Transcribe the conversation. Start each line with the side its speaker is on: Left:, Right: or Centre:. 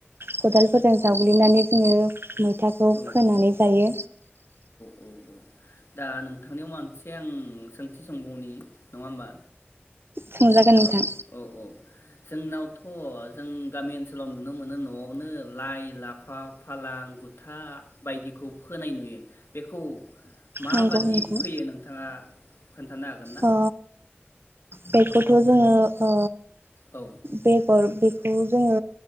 Right: खदालफोरजों
Left: औ
Right: जावग्लिनानै जोङो <unintelligible> फिथाखौ
Left: औ
Right: फोनानै जायो
Left: औ दा नोंथांनियाव मोनसे आं सोंथि सोंबावनि नङा होमबा?
Right: संजागोन
Left: हेल'
Right: नोंथां
Left: औ औ जोंनावथ' जों गामि ओनसोलाव नुनो मोनो न'आवनो लाइ लाफा फालां गुथा बायदिखौ फोनाय नुयो बेखौ माबादि
Right: नंगौ नोंथां
Left: फैयो नोंथाङा खोन्थानो हागोन ना?
Right: अ बेखौथ' जोङो ओ
Left: औ
Right: बेगर बे खौ जोङो